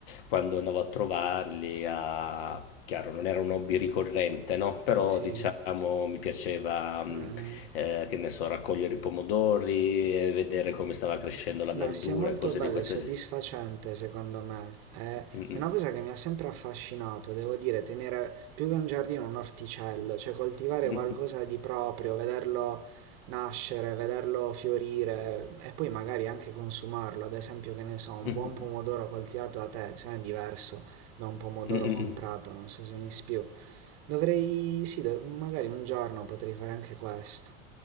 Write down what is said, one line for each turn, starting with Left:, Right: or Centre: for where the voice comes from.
Left: quando andavo a trovarli a... Chiaro, non era un hobby ricorrente, no? Però,
Right: sì.
Left: diciamo, mi piaceva, mm,
Right: Mh-mh.
Left: eh, che ne so, raccogliere i pomodori, eh, vedere come stava crescendo la
Right: Beh,
Left: verdura
Right: sì, è molto
Left: e cose
Right: bello
Left: di questo
Right: e soddisfacente secondo me. È
Left: genere.
Right: è una cosa che mi ha sempre affascinato, devo dire, tenere più che un giardino un orticello, cioè coltivare
Left: <laughs>
Right: qualcosa
Left: Mh-mh.
Right: di proprio, vederlo nascere, vederlo fiorire e poi magari anche consumarlo. Ad esempio, che ne so, un
Left: Mh-mh-mh.
Right: buon pomodoro coltivato da te, se no è diverso da un pomodoro
Left: Mh-mh-mh.
Right: comprato, non so se mi spiego. Dovrei, sì, dov- magari un giorno potrei fare anche questo.